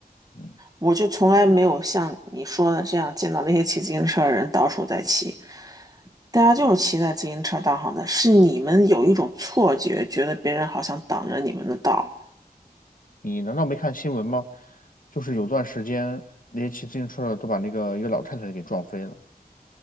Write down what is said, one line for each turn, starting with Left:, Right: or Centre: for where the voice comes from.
Left: 嗯，
Right: 我就从来没有像你说的这样见到那些骑自行车的人到处在骑。大家就是骑在自行车道上的，是你们有一种错觉，觉得别人好像挡着你们的道。
Left: 你难道没看新闻吗？就是有段时间，那些骑自行车的都把那个一个老太太给撞飞了。